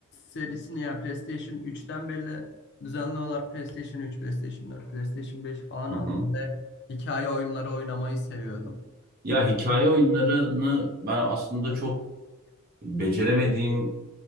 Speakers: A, on the left; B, on the right.
A: serisini yani PlayStation 3'ten beri düzenli olarak PlayStation 3, PlayStation 4, PlayStation 5 falan
B: Hı
A: aldım
B: hı.
A: ve hikaye oyunları oynamayı seviyordum.
B: Ya hikaye oyunlarını ben aslında çok beceremediğim